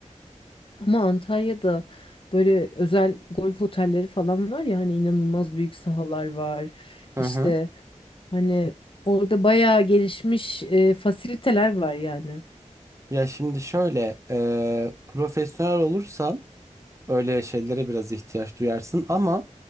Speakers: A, on the left; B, on the right.
A: Ama Antalya'da böyle özel golf otelleri falan var ya hani inanılmaz büyük sahalar var.
B: Hı
A: İşte
B: hı.
A: hani orada bayağı gelişmiş e, fasiliteler var yani.
B: Ya şimdi şöyle e, profesyonel olursan Öyle şeylere biraz ihtiyaç duyarsın ama